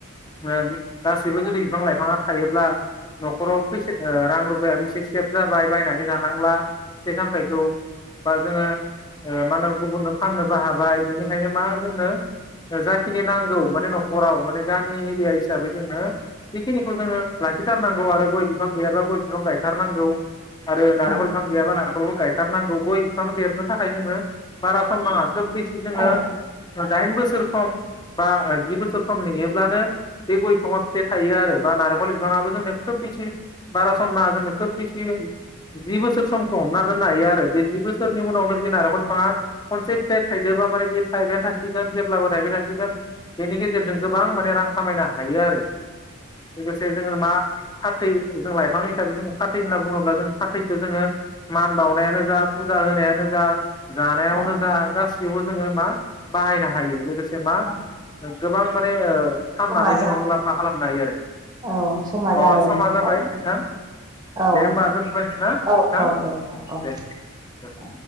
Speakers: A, on the left; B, on the right.
A: ओ गासैबो जुदि बिफां लाइफाङा थायोब्ला न'खराव फैसा रां रुफायाबो एसे सेभ जाबाय बायनानै लानांला। फिथाइ सामथाइखौ बा जोङो ओ मा होनो गुबुननो फाननोबो हाबाय बेनिखायनो मा जोंनो जाखिनि नांगौ माने न'खराव माने गामि एरिया हिसाबै जोङो बेखिनिखौ जोङो लाखिथारनांगौ आरो गय बिफां गैयाब्ला गय बिफां गायथारनांगौ आरो नारेंखल
B: औ
A: बिफां गैयाबा नारेंखलखौ गायथारनांगौ गय बिफां देरनो था खाय जोङो बारा सम नाङा खोब बेसे जोङो
B: औ
A: दाइन बोसोर सम बा जि बोसोर सम नेयोब्लानो बे गय बिफाङा फिथाइ थायो आरो बा नारेंखल बिफाङआो जोंनो खोब बेसे बारा सम नाङा जोंनो खोब बिसि जि बोसोर समखौ हमना दोननो हायो आरो बे जि बोसोरनि उनावनो बे नारेंखल बिफाङा खनसे फिथाइ थाइदोबा माने बे थाइबायानो थासिगोन जेब्लाबो थाइबाय थासिगोन। बेनि गेजेरजों गोबां माने रां खामायनो हायो आरो, लोगोसे जोङो मा फाथै जों लाइफां हिसाबै जों फाथै होनना बुङोब्ला जों फाथैखौ जोङो मान बावनायानो जा फुजा होनायानो जा जानायावनो
B: औ
A: जा गासिबो जोङो मा बाहायनो हायो लोगोसे
B: औ
A: गोबां माने फाननानै
B: समा जाबाय
A: जोङो मुलाम्फा खालामनो हायो आरो।
B: औ समा जाबायमोन
A: अ समा जाबाय नोंथां।
B: औ
A: दे होमबा दोनथ' लायसै ना
B: औ
A: नोंथां
B: औ दे औ औ
A: दे।
B: औ